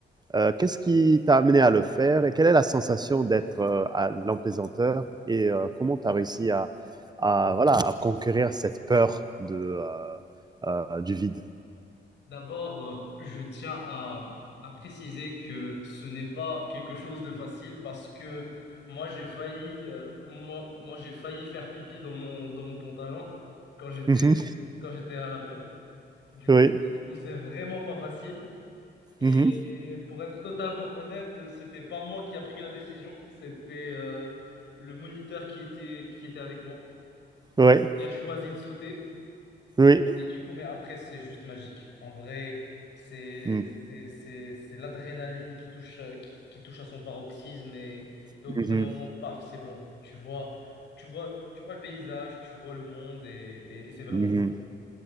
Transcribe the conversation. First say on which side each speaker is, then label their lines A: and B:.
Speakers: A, on the right; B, on the left.
A: euh, Qu'est-ce qui t'a amené à le faire et quelle est la sensation d'être euh, à l'empaisanteur et euh, comment tu as réussi à, à, voilà, à conquérir cette peur de, euh, euh, du vide
B: D'abord, euh, je tiens à, à préciser que ce n'est pas quelque chose de facile parce que moi j'ai failli euh, moi, moi j'ai failli faire pipi dans mon dans mon pantalon quand j'étais
A: Mhm.
B: quand j'étais à l'avion. Du
A: Oui.
B: coup, du coup, c'est vraiment pas facile. Et
A: Mhm.
B: pour être totalement honnête, c'était pas moi qui a pris la décision, c'était euh, le moniteur qui était qui était avec moi
A: Oui.
B: qui a choisi de sauter.
A: Oui.
B: Et Du coup, mais après, c'est juste magique. En vrai, c'est
A: Mhm.
B: c'est c'est c'est l'adrénaline qui touche euh, qui, qui touche à son paroxysme et, et au
A: Mhm.
B: bout d'un moment, paf, c'est bon. Tu vois, tu vois, tu vois le paysage, tu vois le monde et, et- et c'est vraiment
A: Mhm.
B: beau.